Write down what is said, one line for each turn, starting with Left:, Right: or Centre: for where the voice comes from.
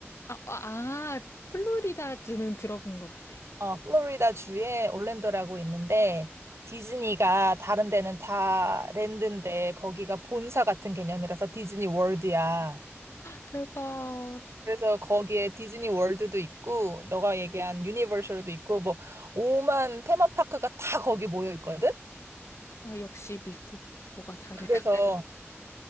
Left: 아, 아, 아, 플로리다주는 들어본 것 같아.
Right: 어, 플로리다 주에 올랜도라고 있는데 디즈니가 다른 데는 다 랜드인데 거기가 본사 같은 개념이라서 디즈니 월드야.
Left: 대박.
Right: 그래서 거기에 디즈니 월드도 있고 너가 얘기한 유니버셜도 있고 뭐 오만 테마파크가 다 거기 모여 있거든.
Left: 아, 역시 미국 뭐가 다르다.
Right: 그래서